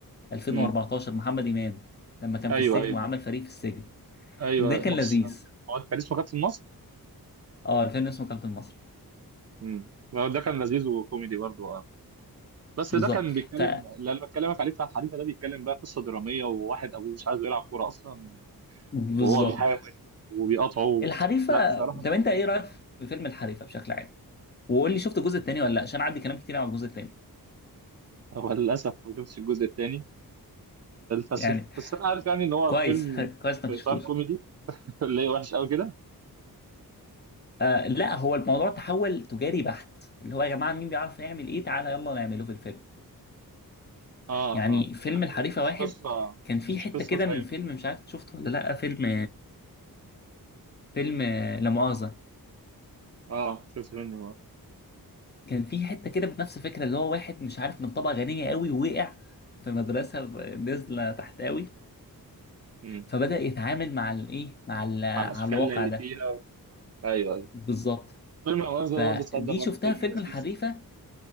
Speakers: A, on the left (about 30°); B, on the right (about 45°).
A: 2014
B: امم
A: محمد إمام لما كان
B: ايوه
A: في السجن
B: ايوه
A: وعمل فريق في السجن
B: ايوه
A: ده كان
B: ما فيش
A: لذيذ
B: هو كان اسمه كابتن مصر
A: اه الفيلم اسمه كابتن مصر
B: امم ده كان لذيذ وكوميدي برضه اه بس
A: بالظبط
B: ده كان بيتكلم
A: ف
B: اللي انا بكلمك عليه بتاع الحريفه ده بيتكلم بقى قصه دراميه وواحد ابوه مش عايزه يلعب كوره اصلا
A: بالظبط
B: وهو بيحاول وبيقاطعه
A: الحريفه
B: لا بصراحه
A: طب انت ايه رايك في فيلم الحريفه بشكل عام وقول لي شفت الجزء الثاني ولا لا عشان عندي كلام كتير عن الجزء الثاني
B: هو للاسف ما شفتش الجزء الثاني بس
A: يعني
B: بس انا عارف يعني ان هو
A: كويس
B: فيلم
A: <laughs> كويس
B: في
A: انك شفتوش
B: اطار كوميدي <laughs> اللي هي وحش قوي كده
A: آه لا هو الموضوع تحول تجاري بحت اللي هو يا جماعه مين بيعرف يعمل ايه تعالى يلا نعمله في الفيلم
B: اه
A: يعني
B: اه
A: فيلم
B: يعني
A: الحريفه
B: مش
A: واحد
B: قصه
A: كان فيه
B: مش
A: حته
B: قصه
A: كده
B: زي
A: من فيلم مش عارف شفته ولا لا فيلم فيلم آه، لا مؤاخذه
B: اه شفت منه
A: كان في حته كده بنفس الفكره اللي هو واحد مش عارف من طبقه غنيه قوي ووقع في مدرسه نازله تحت قوي
B: امم
A: فبدا يتعامل مع الايه مع ال- على
B: مع الاشكال
A: الواقع
B: اللي
A: ده
B: فيها ايوه أيوة.
A: بالظبط
B: فيلم الغاز ده
A: فدي
B: برضه تصدق برضه
A: شفتها
B: فيلم
A: في فيلم
B: لذيذ
A: الحريفه